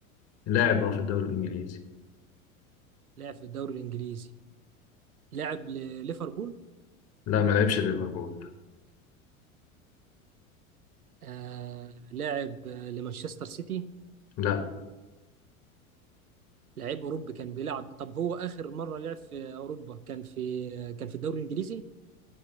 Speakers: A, on the left (about 35°); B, on the right (about 90°).
A: لاعب اه في الدوري الإنجليزي
B: لعب في الدوري الانجليزي لعب لليفربول
A: لا ما لعبش ليفربول
B: آه، لعب آه، لمانشستر سيتي
A: لا
B: لعيب اوروبي كان بيلعب طب هو اخر مره لعب في اوروبا كان في كان في الدوري الانجليزي